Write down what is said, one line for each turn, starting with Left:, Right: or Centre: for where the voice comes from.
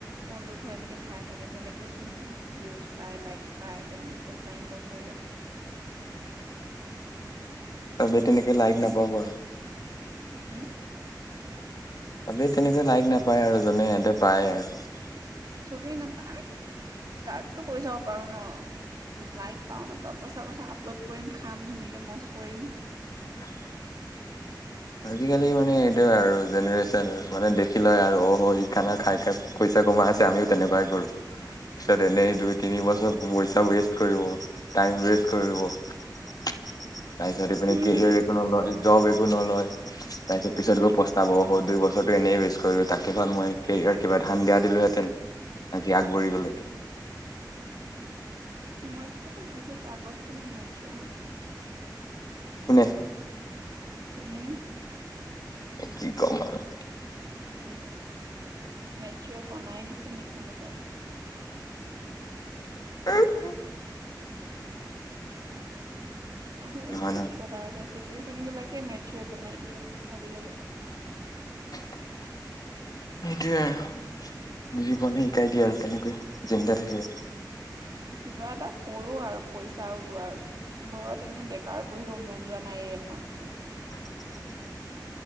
Right: ফোনটো থৈ মেলি খাই থাকে, তেনেকেওঁ চোন বহুত ভিউজ। পায় লাইকছ পায়, তেনেকে পইচা ইনকাম কৰি আছে। <inaudible>
Left: আবে তেনেকে লাইক নাপাবা।
Right: হম।
Left: চবেই তেনেকৈ লাইক নাপায়, আৰু যোনে সিহঁতে পায় আৰু।
Right: সবে নাপায়। <inaudible> ষ্টাৰ্টটো কৰি চাব পাৰোঁ নহ, লাইক পাওঁ নাপাওঁ, পিছৰ কথা। আপলোড কৰিম, খাম ধুনীয়াক। কে মছ কৰিম।
Left: <inaudible> আজিকালি মানে এইটোৱে আৰু জেনেৰেশ্যন, আৰু মানে দেখি লয়, আৰু অ'হ, ই খানা খাই খাই পইচা কমাই। আছে, আমিও তেনেকুৱাই কৰোঁ। পিছত এনেই দুই-তিনি বছৰ পইচা ৱেষ্ট কৰিব, টাইম ৱেষ্ট কৰিব। তাৰপিছত এইপিনে
Right: হম
Left: কেৰিয়াৰ একো নলয়, জব একো নলয়। তাৰ পিছত পিছত পস্তাব, অ', দুই বছৰটো এনেই ৱেষ্ট কৰিলো। তাতকৈ ভাল, মই কৰিয়াৰত কিবা ধ্যান দিয়াহেঁতেন। হেঁতেন আকি আগবাঢ়ি গ'লহেঁতেন।
Right: সময়তকৈতো বহুত আগত তুমি মেচ্যুৰ হৈছা।
Left: কোনে।
Right: তুমি।
Left: কি কম আৰু।
Right: উম, মেচ্যুৰ বনাই দিছে নি কোনোবাই।
Left: উম হম।
Right: আহিব
Left: নহয়
Right: দে,
Left: নহয়
Right: কি কথা আছে চি। টিউচন বিলাকে মেচ্যুৰ বনাই দিয়ে আজিকালি।
Left: <inaudible> সেইটোয়েই আৰু জীৱনে শিকাই দিয়ে, আৰু কেনেকৈ জিন্দা থাকিব।
Right: কিবা এটা কৰোঁ আৰু পইচা ওলোৱা, ঘৰত এনে বেকাৰ। বহিব মন যোৱা নাই এমাহটো।
Left: <inaudible>